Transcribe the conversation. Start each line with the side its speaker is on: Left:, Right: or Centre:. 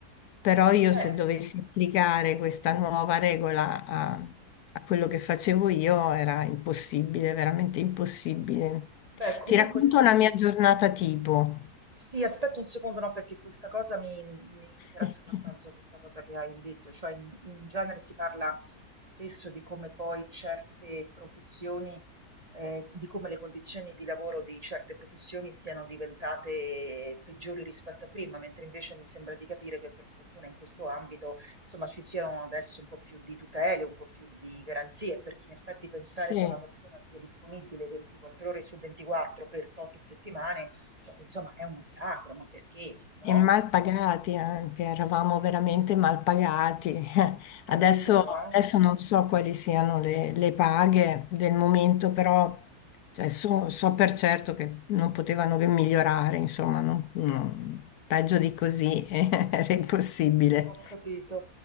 Left: però io
Right: Beh,
Left: se dovessi applicare questa nuova regola a, a quello che facevo io era impossibile, veramente impossibile.
Right: beh, comunque
Left: Ti racconto
Right: senti,
Left: una mia giornata tipo.
Right: Sì, aspetta un secondo, no, perché questa cosa mi, mi interessa
Left: <laughs>
Right: abbastanza, questa cosa che hai detto, cioè in, in genere si parla spesso di come poi certe professioni, eh, di come le condizioni di lavoro di certe professioni siano diventate peggiori rispetto a prima, mentre invece mi sembra di capire che per fortuna in questo ambito, insomma, ci siano adesso un po' più di tutele, un po' più di garanzie, perché in effetti pensare
Left: Sì.
Right: che una persona sia disponibile 24 ore su 24 per tot settimane cioè, insomma, è un massacro, ma perché, no?
Left: E mal pagati anche, eravamo veramente mal pagati. <laughs>
Right: Addirittura,
Left: Adesso, Mm.
Right: eh?
Left: adesso non so quali siano le, le paghe del momento, però cioè, so, so per certo che non potevano che migliorare, insomma, non- non- peggio di così <laughs> era impossibile.
Right: Ho capito.